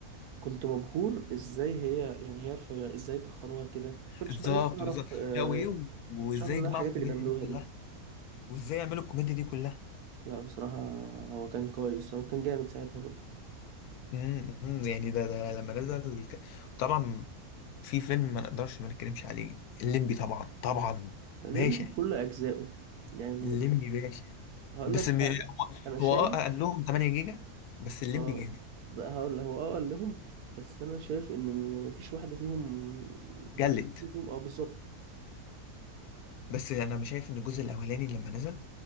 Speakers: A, on the right (about 80°); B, on the left (about 80°).
A: كنت مبهور ازاي هي يعني هي رفيعة ازاي تخنوها كده كنتش
B: بالظبط
A: بقى لسه اعرف
B: بالظبط
A: آه،
B: لا وايه وازاي
A: كنتش عارف ان
B: يجمعوا
A: الحاجات
B: الكوميديا
A: اللي بيعملوها
B: دي كلها
A: دي
B: وازاي يعملوا الكوميديا دي كلها
A: لا بصراحة هو كان كويس هو كان جامد ساعتها برضه
B: امم أمم، يعني ده ده لما نزل الك- طبعا في فيلم ما نقدرش ما نتكلمش عليه الليمبي طبعا طبعا
A: علمني
B: باشا
A: كل اجزائه يعني
B: الليمبي باشا
A: هقول
B: بس
A: لك
B: م-
A: حاجة
B: هو
A: انا شايف
B: هو اه قال لهم 8 جيجا بس الليمبي
A: اه
B: جامد
A: بقى هقول هو اه قال لهم بس انا شايف ان يعني مفيش واحدة فيهم
B: جلد
A: مفيش واحدة فيهم اه بالظبط
B: بس انا مش شايف ان الجزء الاولاني لما نزل